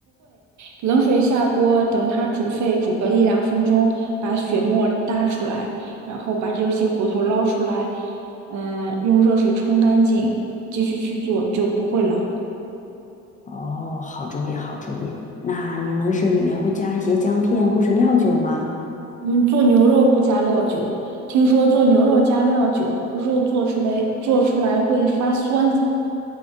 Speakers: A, on the right (about 70°); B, on the left (about 25°).
A: 冷水下锅，等它煮沸，煮个一两分钟，把血沫搭出来，然后把这些骨头捞出来，嗯、用热水冲干净，继续去做就不会老。
B: 哦，好主意，好主意。那你冷水里面会加一些姜片或者料酒吗？
A: 嗯，做牛肉不加料酒，听说做牛肉加料酒，肉做出来做出来会发酸，